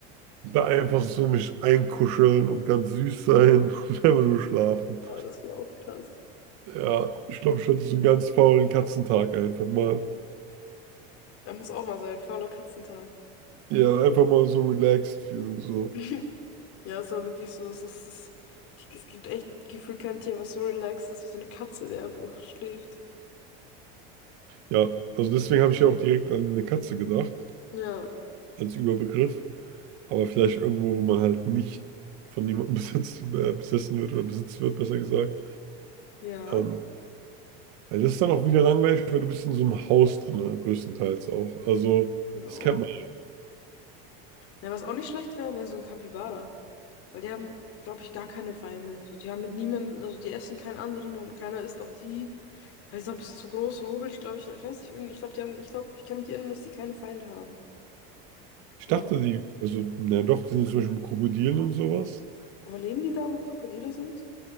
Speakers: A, on the right (about 60°); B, on the left (about 50°).
A: Da einfach so mich einkuscheln und ganz süß sein <laughs> und einfach nur schlafen.
B: Oh, das wäre auch krass.
A: Ja, ich glaube, ich hätte so einen ganz faulen Katzentag einfach mal.
B: Da muss auch mal sein. Fauler Katzentag.
A: Ja, einfach mal so relaxed fühlen, so.
B: <laughs> Ja, es war wirklich so, es ist, es, ich, es gibt echt gefühlt kein Tier, was so relaxed ist wie so eine Katze, die einfach schläft.
A: Ja, also deswegen habe ich ja auch direkt an eine Katze gedacht,
B: Ja.
A: als Überbegriff. Aber vielleicht irgendwo, wo man halt nicht von niemandem <laughs> besitzt, äh, besessen wird oder besitzt wird, besser gesagt.
B: Ja,
A: Ähm, weil das ist dann auch wieder langweilig, weil du bist in so einem Haus drin, äh, größtenteils auch. Also,
B: und
A: das
B: auch.
A: kennt man.
B: Ja, was auch nicht schlecht wäre, wäre so ein Kapibara. Weil die haben, glaube ich, gar keine Feinde. So, die haben mit niemandem, also die essen keinen anderen und keiner isst auch die. Weil die sind auch ein bisschen zu groß und hobelig, glaube ich. Ich weiß nicht, irgendwie, ich glaube, die haben, ich glaube, ich kann mich erinnern, dass die keine Feinde haben.
A: Ich
B: Ja.
A: dachte, die, also, na ja, doch, die sind zum Beispiel mit Krokodilen und sowas.
B: Aber leben die da, wo Krokodile sind?